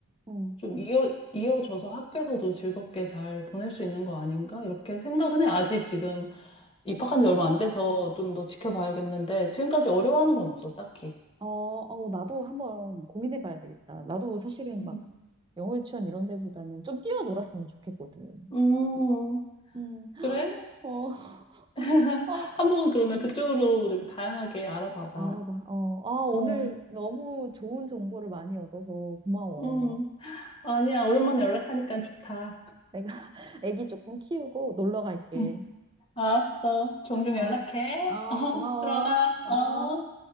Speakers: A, on the right; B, on the left.
A: 음.
B: 좀 이어, 이어져서 학교에서도 즐겁게 잘 보낼 수 있는 거 아닌가? 이렇게 생각은 해. 아직 지금 입학한 지 얼마 안 돼서 좀 더 지켜봐야겠는데, 지금까지 어려워하는 건 없어, 딱히.
A: 어, 어, 나도 한번 고민해 봐야 되겠다. 나도 사실은
B: 음.
A: 막 영어 유치원 이런 데보다는 좀 뛰어놀았으면 좋겠거든.
B: 음,
A: 음,
B: 그래?
A: 어. <laughs>
B: <laughs>
A: 어,
B: 한번 그러면 그쪽으로 이렇게 다양하게 알아봐봐.
A: 알아봐. 어, 아, 오늘
B: 어,
A: 너무 좋은 정보를 많이 얻어서 고마워.
B: 음. 아니야, 오랜만에 연락하니까 좋다.
A: 내가 <laughs> 아기 조금 키우고 놀러 갈게.
B: 음. 알았어. 종종
A: 어,
B: 연락해.
A: 어,
B: <laughs> 어,
A: 고마워.
B: 들어가. 어.
A: 어.